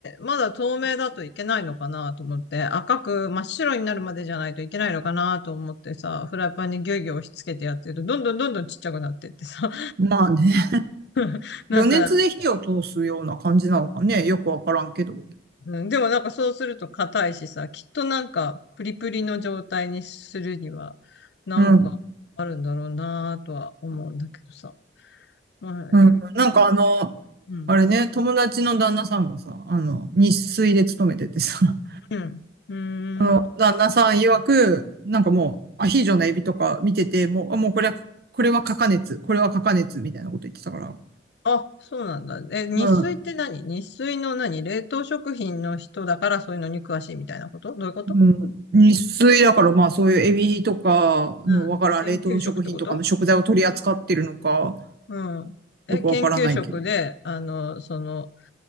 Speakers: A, on the left (about 60°); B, on the right (about 55°).
A: まだ透明だといけないのかなと思って、赤く真っ白になるまでじゃないといけないのかなと思ってさ、フライパンにギュウギュウ押し付けてやってると、どんどんどんどんちっちゃくなってってさ、
B: まあね。
A: <laughs> なんか、
B: 余熱で火を通すような感じなのかね。よくわからんけど。
A: うん、でもなんかそうすると硬いしさ、きっとなんかプリプリの状態にするには、なんかあるんだろうなとは思うんだけどさ。
B: うん。
A: うん、
B: うん。
A: え、
B: なんかあの、
A: うん、うん、
B: あれね、友達の旦那さんがさ、あの、日水で勤めててさ、
A: うん、うん、
B: あの、
A: うん。
B: 旦那さん曰く、なんかもう、アヒージョのエビとか見てて、もう、あ、もうこれは、これは過加熱、これは過加熱みたいなこと言ってたから。
A: あ、そうなんだ。え、日水って何日水の何冷凍食品の人だからそういうのに詳しいみたいなことどういうこと
B: うん。うん。日水だから、まあそういうエビとかのわからん冷凍食品とかの食材を取り扱ってるのか、
A: うん。研究職ってことうん。え、
B: よくわからないけど。
A: 研究職で、あの、その、